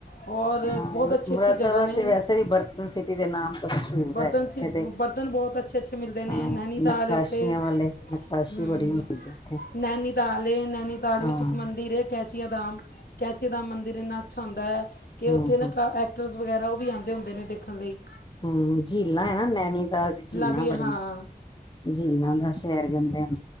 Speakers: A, on the left; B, on the left.
A: ਔਰ
B: ਹਾ
A: ਬਹੁਤ ਅੱਛੀ
B: ਮੁਰਾਦਾਬਾਦ
A: ਅੱਛੀ ਜਗ੍ਹਾ ਨੇ
B: ਤੇ ਵੈਸੇ ਵੀ ਬਰਤਨ ਸਿਟੀ ਦੇ ਨਾਲ ਮਸ਼ਹੂਰ
A: ਬਰਤਨ
B: ਹੈਗਾ ਉੱਥੇ
A: ਸੀ
B: ਤੇ
A: ਬਰਤਨ ਬਹੁਤ ਅੱਛੇ ਅੱਛੇ ਮਿਲਦੇ ਨੇ
B: ਹਾਂ
A: ਨੈਨੀਤਾਲ
B: ਨਕਾਸ਼ੀਆਂ
A: ਉੱਥੇ
B: ਵਾਲੇ ਨਕਾਸ਼ੀ
A: ਹੂੰ
B: ਬੜੀ ਹੁੰਦੀ ਉੱਥੇ ਹੈ
A: ਨੈਨੀਤਾਲ ਇਹ ਨੈਨੀਤਾਲ
B: ਹਾਂ
A: ਵਿੱਚ ਇੱਕ ਮੰਦਿਰ ਕੈਚੀਆਂ ਦਾਮ ਕਚ ਦਾ ਮੰਦਿਰ ਇੰਨਾ ਅੱਛਾ ਹੁੰਦਾ ਹੈ ਕਿ
B: ਹੂੰ
A: ਉੱਥੇ ਨਾ
B: ਹੂੰ
A: ਐਕਟਰ ਵਗੈਰਾ ਉਹ ਵੀ ਆਉਂ ਦੇ ਹੁੰਦੇ ਨੇ ਦੇਖਣ ਲਈ
B: ਹੂੰ ਝੀਲਾਂ ਹੈ ਨਾ ਨੈਨੀਤਾਲ ਝੀਲਾਂ
A: ਵੀ
B: ਬੜੀਆਂ
A: ਹਾਂ
B: ਝੀਲਾਂ ਦਾ ਸ਼ਹਿਰ ਕਿਹਦੇ ਹਨ